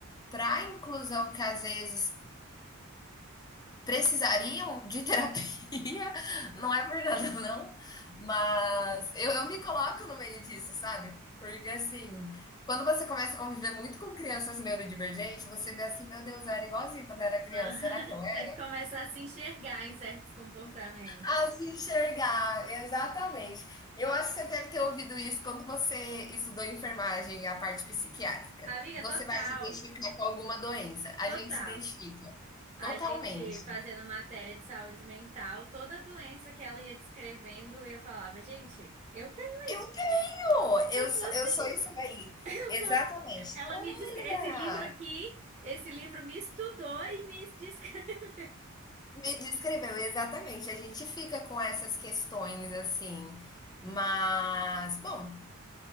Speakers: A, on the left; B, on the right.
A: para inclusão que às vezes precisariam de terapia, <laughs> não é por nada, não, mas eu, eu me coloco no meio disso, sabe? Porque assim, quando você começa a conviver muito com crianças neurodivergentes, você vê assim, meu Deus, eu era igualzinho quando eu era criança,
B: Ah, <laughs>
A: será que eu era?
B: A gente começa a se enxergar em certos comportamentos.
A: A se enxergar, exatamente. Eu acho que você deve ter ouvido isso quando você estudou enfermagem, a parte psiquiátrica.
B: Amiga,
A: Você
B: total,
A: vai se identificar com alguma doença. A
B: total.
A: gente se identifica
B: A
A: totalmente.
B: gente fazendo matéria de saúde mental, toda doença que ela ia descrevendo, eu falava, gente, eu tenho,
A: Eu Pô, eu
B: eu
A: sou,
B: sou assim,
A: eu sou isso daí.
B: <laughs> eu
A: Exatamente.
B: sou. assim." Ela
A: Olha,
B: me descreve, esse livro aqui, esse livro me estudou e me descreveu.
A: me descreveu, exatamente. A gente fica com essas questões assim, mas bom,